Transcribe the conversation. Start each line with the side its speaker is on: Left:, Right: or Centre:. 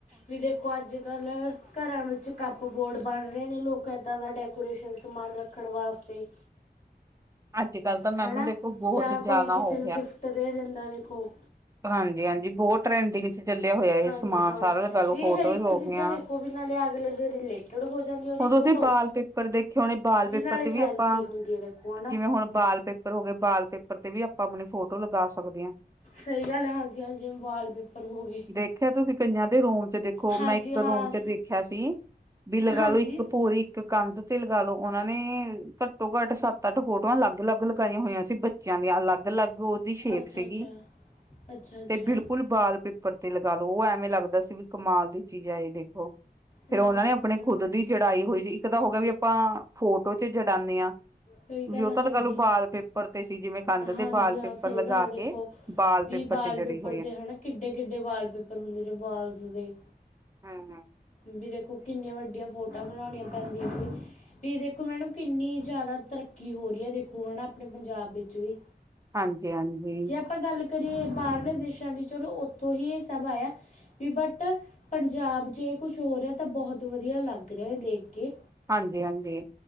Left: ਵੀ ਦੇਖੋ ਅੱਜ-ਕੱਲ੍ਹ ਘਰਾਂ ਵਿੱਚ ਕੱਪ-ਬੋਰਡ ਬਣ ਰੇ ਨੇ, ਲੂਕ ਏਦਾਂ ਦਾ ਡੈਕੋਰੇਸ਼ਨ ਸਮਾਨ ਰੱਖਣ ਵਾਸਤੇ।
Right: ਅੱਜ ਕੱਲ ਤਾਂ ਮੈਮ
Left: ਹਨਾ,
Right: ਦੇਖੋ ਬਹੁਤ
Left: ਜਾਂ
Right: ਜ਼ਿਆਦਾ
Left: ਕੋਈ ਕਿਸੇ
Right: ਹੋ
Left: ਨੂੰ ਗਿਫਟ ਦੇ ਦਿੰਦਾ, ਦੇਖੋ!
Right: ਹਾਂਜੀ-ਹਾਂਜੀ ਬੌਤ ਟਰੈਂਡਿੰਗ 'ਚ ਚੱਲਿਆ ਹੋਇਆ
Left: ਹਾਂਜੀ
Right: ਐ ਸਮਾਨ
Left: ਹਾਂ
Right: ਸਾਰਾ ਲਗਾਲੋ,
Left: ਵੀ
Right: ਫੋਟੋਜ਼
Left: ਇਹ ਹਰ ਇੱਕ
Right: ਹੋ
Left: ਚੀਜ਼ਾਂ
Right: ਗੀ ਆਂ।
Left: ਦੇਖੋ ਵੀ ਨਾਲੇ ਅਗਲੇ ਦੇ ਰਿਲੇਟਡ ਹੋ ਜਾਂਦੀ ਉਹਦੀ
Right: ਓਦੋ
Left: ਫੋਟੋ
Right: ਅਸੀਂ ਬਾਲ ਪੇਪਰ ਦੇਖੇ ਹੋਣੇ, ਬਾਲ ਪੇਪਰ
Left: ਨਾਲੇ
Right: 'ਤੇ ਵੀ
Left: ਫੈਂਸੀ
Right: ਅਪਾਂ
Left: ਹੁੰਦੀ ਹੈ ਦੇਖੋ ਹੈ ਨਾ
Right: ਜਿਵੇਂ ਹੁਣ ਬਾਲ ਪੇ ਪਰ ਹੋ ਗਏ, ਵਾਲਪੇਪਰ ਤੇ ਵੀ ਆਪਾਂ ਆਪਣੀ ਫੋਟੋ ਲਗਾ ਸਕਦੇ ਆਂ।
Left: ਸਹੀ ਗੱਲ ਐ, ਹਾਂਜੀ-ਹਾਂਜੀ ਜਿਵੇਂ ਵਾਲਪੇਪਰ ਹੋ ਗੇ।
Right: ਦੇਖਿਆ ਤੁਸੀਂ ਕਈਆਂ ਦੇ ਰੂਮ ਤੇ ਦੇਖੋ,
Left: ਹਾਂਜੀ
Right: ਮੈਂ ਇੱਕ
Left: ਹਾਂ
Right: ਰੂਮ 'ਚ ਦੇਖਿਆ ਸੀ ਵੀ ਲਗਾ
Left: ਹਾਂਜੀ
Right: ਲੋ ਇੱਕ ਪੂਰੀ ਕੰਧ ਤੇ ਲਗਾਲੋ, ਓਨਾਂ ਨੇ ਘੱਟੋ-ਘੱਟ ਸੱਤ-ਅੱਠ ਫੋਟੋਆਂ ਅਲੱਗ-ਅਲੱਗ ਲਗਾਈਆਂ ਹੋਈਆਂ ਸੀ ਬੱਚਿਆਂ ਦੀ, ਅਲੱਗ-ਅਲੱਗ ਓਦੀ ਸ਼ੇਪ
Left: ਅੱਛਾ
Right: ਸੀਗੀ।
Left: ਅੱਛਾ ਅੱਛਾ ਅੱਛਾ
Right: ਤੇ ਬਿਲਕੁਲ ਵਾਲਪੇਪਰ 'ਤੇ ਲਗਾ ਲੋ, ਓ ਐਵੇਂ ਲੱਗਦਾ ਸੀ ਵੀ ਕਮਾਲ ਦੀ ਚੀਜ਼ ਆ ਐ ਦੇਖੋ,
Left: ਹੂੰ
Right: ਫੇਰ ਓਨਾਂ ਨੇ ਆਪਣੇ ਖੁੱਦ ਦੀ ਜੜਾਈ ਹੋਈ ਸੀ, ਇੱਕ ਤਾਂ ਹੋ ਗਿਆ ਵੀ ਆਪਾਂ ਫੋਟੋ 'ਚ ਜੜਾਨੇ ਆਂ,
Left: ਸਹੀ ਗੱਲ
Right: ਵੀ ਓਤੋਂ
Left: ਹਾਂਜੀ
Right: ਲਗਾਲੋ ਵਾਲਪੇਪਰ ਪਰਤੇ ਸੀ, ਜਿਵੇਂ ਕੰਧ
Left: ਹਾਂਜੀ
Right: ਤੇ ਵਾਲਪੇਪਰ
Left: ਹਾਂ ਸਹੀ
Right: ਲਗਾ
Left: ਗੱਲ ਹੈ ਦੇਖੋ
Right: ਕੇ ਵਾਲ
Left: ਵੀ
Right: ਪੇਪਰ
Left: ਵਾਲਪੇਪਰ
Right: ਚ ਜੜੀ ਹੋਈ
Left: 'ਤੇ, ਹਨਾ ਕਿੱਡੇ-ਕਿੱਡੇ ਵਾਲਪੇਪਰ ਹੁੰਦੇ ਨੇ ਵਾਲਸ ਦੇ।
Right: ਹਮ-ਹਮ।
Left: ਵੀ ਦੇਖੋ ਕਿੰਨੀਆਂ ਵੱਡੀਆਂ ਫੋਟੋਆ ਬਣਾਣੀਆਂ ਪੈਂਦੀਆਂ ਵੀ ਵੀ ਦੇਖੋ ਮੈਡਮ, ਕਿੰਨੀ ਜਾਦਾ ਤਰੱਕੀ ਹੋ ਰੀ ਐ, ਦੇਖੋ ਹਨਾ ਆਪਣੇ ਪੰਜਾਬ ਵਿੱਚ ਵੀ।
Right: ਹਾਂਜੀ-ਹਾਂਜੀ,
Left: ਜੇ ਆਪਾਂ ਗੱਲ ਕਰੀਏ ਬਾਰਲੇ ਦੇਸ਼ਾਂ ਦੀ, ਚਲੋ ਉੱਥੋਂ ਈ ਐ ਸਭ ਆਇਆ। ਵੀ ਬਟ ਪੰਜਾਬ 'ਚ ਐ ਕੁਛ ਹੋ ਰਿਆ ਤਾਂ ਬਹੁਤ ਵਧੀਆ ਲੱਗ ਰਿਆ ਐ ਦੇਖ ਕੇ।
Right: ਹਾਂਜੀ-ਹਾਂਜੀ।